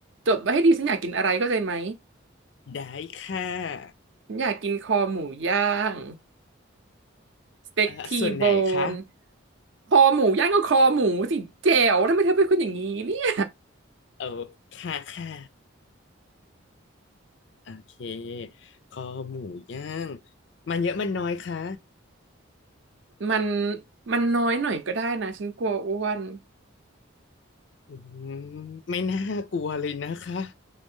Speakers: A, on the right (about 60°); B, on the left (about 55°).
A: จดไว้ให้ดีฉันอยากกินอะไรเข้าใจไหม
B: ได้ค่ะ
A: ฉันอยากกินคอหมูย่างสเต็กทีโบน
B: เอ่อส่วนไหนคะ
A: คอหมูย่างก็คอหมูสิแจ๋วทำไมเธอเป็นคนอย่างนี้เนี่ย
B: เออค่ะค่ะ โอเคคอหมูย่าง มันเยอะมันน้อยคะ
A: มันมันน้อยหน่อยก็ได้นะฉันกลัวอ้วน
B: อืมไม่น่ากลัวเลยนะคะ